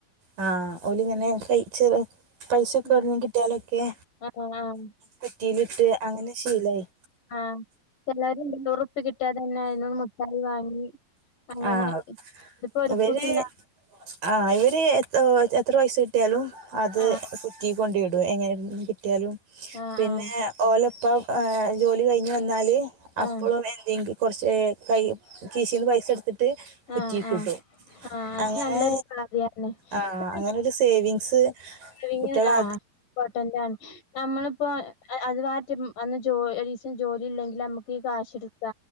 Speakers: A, on the right; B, on the left.
A: ആ ഓലിങ്ങനെ കഴിച്ചറ പൈസൊക്കെ
B: ഉം
A: എടന്നെ കിട്ടിയാലൊക്കെ
B: ആഹ് ആഹ്
A: കുറ്റിയിലിട്ട് അങ്ങനെ ശീലാ യി
B: ആഹ ച്ചില്ലരുണ്ടല്ലോ ഉറുപ്പി കിട്ടാ തന്നെ ഐനോട് മുട്ടായി വാങ്ങി അങ്ങനെ
A: ആഹ്
B: ഇതിപ്പോ ഒരു
A: ഇവര്
B: കൂട്ടിണ്ടാ
A: ആ ഇവര് എ എത്രയസ് കിട്ടിയാലും അത്
B: ആഹ്
A: കുറ്റി കൊണ്ട ഇടും എങ്ങനെ കിട്ടിയാലും
B: ആഹ്
A: പിന്നെ
B: ആഹ്
A: ഓല ഇപ്പൾ ജോലി കഴിഞ്ഞ് വന്നാൽ അപ്പോഴും
B: ആഹ്
A: എന്തെങ്കും കുറച്ച് കൈ കീശിന്ന് പൈസ എടുത്തിട്ട് കുറ്റിക്
B: ആഹ് ആഹ്
A: ഇടും
B: ആഹ് അത്
A: അങ്ങനെ
B: നല്ലൊരു കാര്യാ ണ്
A: ആഹ അങ്ങനെരു സേവിങ്സ്
B: സേവിങ്
A: കുട്ടികളാ
B: ആ ഇംപോർട്ടന്റ്ആണ് നമ്മളിപ്പോ അത് മാറ്റും അന്ന് ഒരീസം ജോലി ഇല്ലെങ്കിൽ നമുക്ക് ഈ കാശ് എടുക്ക